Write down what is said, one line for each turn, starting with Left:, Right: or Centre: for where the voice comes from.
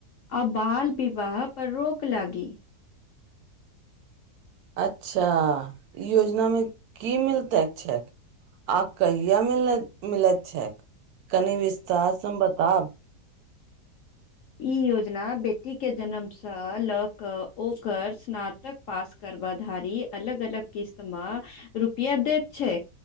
Left: आ बाल विवाह पर रोक लागी
Right: अच्छा ई योजना मे कि मिलतै इच्छक आ कहिया मिल मिलैत छै कनि विस्तार से हमरा बताब।
Left: ई योजना बेटीके जन्मसँ लऽ कऽ ओकर स्नातक पास करबा धारी अलग अलग किस्त म रुपआ देत छै।